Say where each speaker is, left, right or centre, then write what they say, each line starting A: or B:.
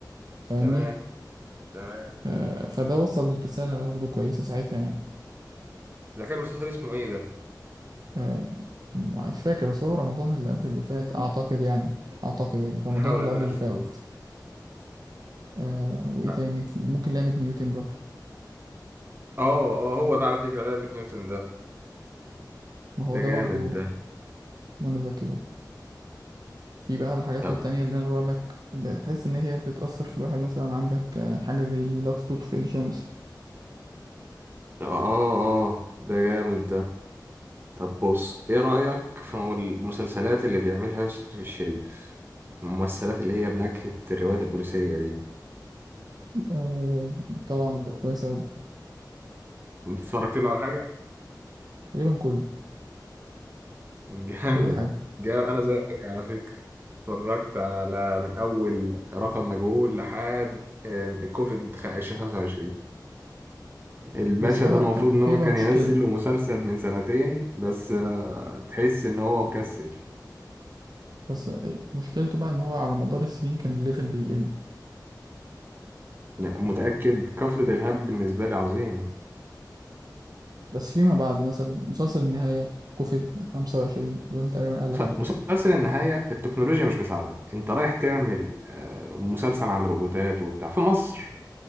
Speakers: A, on the right; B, on the right.
A: فاهمني
B: تمام تمام
A: آه فده وصل رسالة برضه كويسة ساعتها يعني
B: ده كان مسلسل اسمه ايه ده
A: آه مش فاكر بس هو رمضان اللي قبل اللي فات أعتقد يعني أعتقد رمضان
B: نحاول
A: اللي
B: ان
A: قبل
B: انا
A: اللي
B: اشوف
A: فات آه وإيه
B: اه
A: تاني ممكن لعبة نيوتن برضه
B: اه هو ده على فكرة لعبة نيوتن ده
A: ما هو
B: ده
A: ده
B: جامد
A: برضه
B: ده
A: منى زكي برضه في بقى الحاجات
B: طب
A: التانية اللي أنا بقولك بتحس إن هي بتأثر في الواحد مثلا عندك آه، حاجة زي لا تطفئ الشمس
B: آه آه آه، ده جامد ده طب بص إيه رأيك في المسلسلات اللي بيعملها يوسف الشريف الممثلات اللي هي بنكهة الروايات البوليسية دي
A: آه، طبعا كويس أوي
B: اتفرجت له على حاجة
A: تقريبا كله
B: <laughs> جامد
A: كل حاجة
B: جا انا زيك على فكره اتفرجت على من اول رقم مجهول لحد آه، كوفيد خ- 2025 الباشا
A: بس هو
B: ده المفروض
A: كان
B: ان هو
A: في بقى
B: كان
A: مشكلة
B: ينزل له مسلسل من سنتين بس آه، تحس ان هو مكسل
A: بس مشكلته بقى إن هو على مدار السنين كان الليفل بيقل
B: لا، متاكد كفر دلهاب
A: آه،
B: بالنسبه لي عظيم
A: بس فيما بعد مثلا مسلسل النهاية كوفيد 25 دول تقريبا أقل
B: مس-
A: حاجة
B: مسلسل النهايه التكنولوجيا مش مساعده انت رايح تعمل آه، مسلسل عن روبوتات وبتاع في مصر